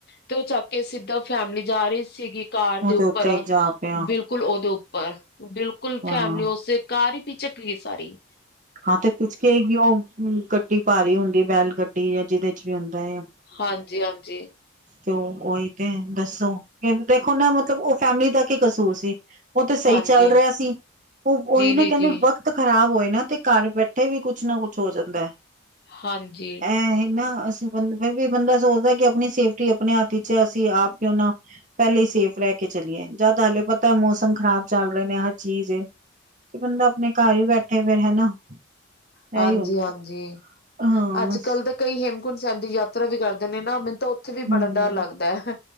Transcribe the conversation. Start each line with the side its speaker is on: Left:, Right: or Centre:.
Left: ਤੇ ਉਹ ਚੱਕ ਕੇ ਸਿੱਧਾ ਫੈਮਲੀ ਜਾ ਰਹੀ ਸੀਗੀ ਕਾਰ
Right: ਉਹਦੇ
Left: ਦੇ ਉੱਪਰ
Right: ਉੱਤੇ ਜਾ ਪਿਆ
Left: ਬਿਲਕੁਲ ਉਹਦੇ ਉੱਪਰ ਬਿਲਕੁਲ
Right: ਹਾਂ
Left: ਫੈਮਲੀ ਉਸੇ ਕਾਰ ਹੀ ਪਿਛੇ ਗੀਫ ਆ ਰਹੀ
Right: ਹਾਂ ਤੇ ਪੁੱਛ ਕੇਗੀ ਉਹ ਗੱਡੀ ਭਾਰੀ ਹੁੰਦੀ ਹੈ ਬੈਲ ਗੱਡੀ ਜਾਂ ਜਿਹਦੇ ਚ ਵੀ ਹੁੰਦਾ ਹੈ ਆ
Left: ਹਾਂਜੀ ਹਾਂਜੀ
Right: ਤੇ ਉਹੀ ਤੇ ਦੱਸੋ ਕਿ ਦੇਖੋ ਨਾ ਮਤਲਬ ਉਹ ਫੈਮਿਲੀ ਦਾ ਕੀ ਕਸੂਰ ਸੀ ਉਹ ਤੇ ਸਹੀ
Left: ਹਾਂਜੀ
Right: ਚੱਲ ਰਿਹਾ ਸੀ ਉਹ ਉਹੀ
Left: ਜੀ
Right: ਨਾ
Left: ਜੀ
Right: ਕਹਿੰਦੇ
Left: ਜੀ
Right: ਵਕਤ ਖ਼ਰਾਬ ਹੋਏ ਨਾ ਤੇ ਘਰ ਬੈਠੇ ਵੀ ਕੁੱਛ ਨਾ ਕੁੱਛ ਹੋ ਜਾਂਦਾ।
Left: ਹਾਂਜੀ,
Right: ਹੈ ਨਾ ਅਸੀਂ ਬੰ ਫੇਿਰ ਵੀ ਬੰਦਾ ਸੋਚਦਾ ਕਿ ਆਪਣੀ ਸੇਫਟੀ ਆਪਣੇ ਹੱਥ ਵਿਚ ਅਸੀਂ ਆਪ ਕਿਉਂ ਨਾ ਪਹਿਲੇ ਹੀ ਸੇਫ ਰਹਿ ਕੇ ਚਲੀਏ ਜਾਂਦ ਤਾਂ ਹਾਲੇ ਪਤਾ ਮੌਸਮ ਖ਼ਰਾਬ ਚੱਲ ਰਹੇ ਨੇ ਹਰ ਚੀਜ਼ ਐ। ਤੇ ਬੰਦਾ ਆਪਣੇ ਘਰ ਹੀ ਬੈਠੇ ਫੇਰ ਹਨਾ।
Left: ਹਾਂਜੀ-ਹਾਂਜੀ
Right: ਇਹੀ ਹੁੰਦਾ। ਹਾਂ,
Left: ਅੱਜ ਕੱਲ੍ਹ ਤਾਂ ਕਈ ਹੇਮਕੁੰਟ ਸਾਹਿਬ ਦੀ ਯਾਤਰਾ ਵੀ ਕਰਦੇ ਨੇ, <unintelligible> ਤਾਂ ਉੱਥੇ ਵੀ
Right: ਹੂੰ।
Left: ਬੜਾ ਡਰ ਲੱਗਦਾ ਹੈ।